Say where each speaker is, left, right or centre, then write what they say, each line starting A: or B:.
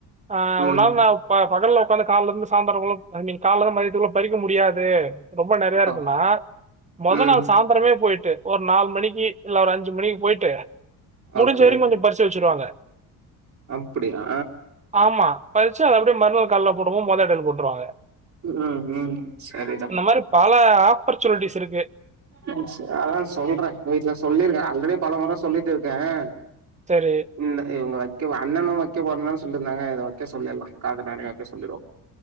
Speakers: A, on the right; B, on the right.
A: அ
B: ம்
A: ஒரு நா ப்ப பகல்ல ஒக்காந்து காலருந்து சாயந்தரங்குள்ள ஐ மீன் காலந்து மதியத்துக்குள்ள பறிக்க முடியாது ரொம்ப நெறைய இருக்குன்னா
B: ஓ
A: முத
B: ம்
A: நாள் சாய் ந்திரமே போயிட்டு ஒரு நாலு மணிக்கு இல்ல ஒரு அஞ்சு மணிக்கு போயிட்டு முடிஞ்ச
B: ஓகே
A: வரியு கொஞ்ஜோ பறிச். சு வச்சிருவாங்க
B: அப்டியா
A: ஆமா பறிச்சு அதப்படிய மருநாள் கால போடும்போ முதல் இட போட்டுருவாங்க
B: அ ம் சரிடா
A: இந்த மாதிரி பல ஆப்பர்ச்சுனிட்டிஸ் இருக்கு
B: ம் சேர்ரா சொல்றேன் வீட்ல சொல்லிருக்கே ஆல்ரெடி பல மோற சொல்லிட்டு இருக்கேன்
A: செரி
B: இந்த இவங்க வைக்க அண்ணனு வைக்க போறன்னு தானே சொல்லிருந்தாங்க இத வைக்க சொல்லிடலா <unintelligible> அண்ணன வைக்க சொல்லிடுவோ